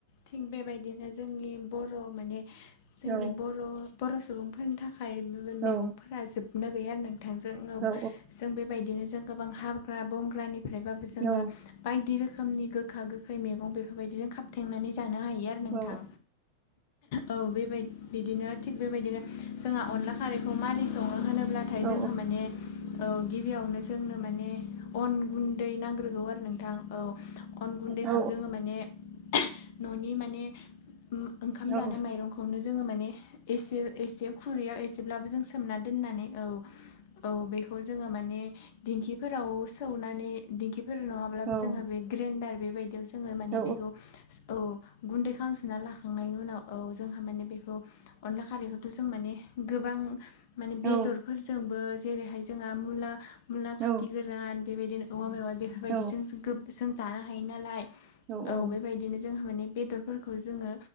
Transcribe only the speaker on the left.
थिग बेबायदिनो जोंनि बर' माने जोंनि
बर' बर' सुबुंफोरनि थाखाय मैगंफोरा
जोबनो गैया आरो नोंथां जों
जों बेबायदिनो जों गोबां हाग्रा बंग्रानिफ्रायबाबो जोङो
बायदि रोखोमनि गोखा गोखै मैगं बेफोरबायदिजों खाबथेंनानै जानो हायो आरो। नोंथां
औ बेबाय बिदिनो थिग बेबायदिनो जोंहा अनला खारैखौ मारै सङो होनोब्लाथाय
जोंहा माने औ गिबियावनो जोंनो माने अन गुन्दै नांग्रोगौ आरो नोंथां औ। अन गुन्दैखौ
जोङो माने न'नि माने ओंखाम जानाय
माइरंखौनो जोङो माने एसे एसे खुरैयाव एसेब्लाबो जों सोमना दोननानै औ। औ बेखौ जोङो माने दिंखिफोराव सौनानै दिंखिफोर नङाब्लाबो
जोंहा बे ग्रेन्डार बेबायदियाव जोङो माने
बेखौ औ गुन्दै खालामफिनना लाखांनायनि उनाव औ जोंहा माने बेखौ अनला खारैखौथ' जों माने गोबां माने बेदरफोर
जोंबो जेरैहाय जोंहा मुला मुला खुथि
गोरान बेबायदिनो औवा मेवा बे बायदिजों
जों गोब जों जानो हायो नालाय
बेबायदिनो जोंहा माने बेदरफोरखौ जोङो